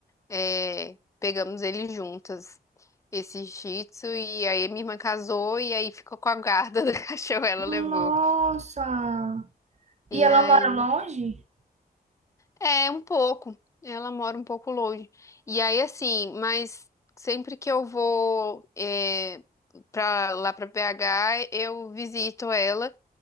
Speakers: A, on the left; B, on the right.
A: é, pegamos ele juntas, esse Shih Tzu, e aí a minha irmã casou e aí ficou com a guarda do <laughs> cachorro, ela
B: Nossa!
A: levou. E
B: E ela
A: aí
B: mora longe?
A: É, um pouco. Ela mora um pouco longe. E aí, assim, mas sempre que eu vou é, pra, lá pra BH, eu visito ela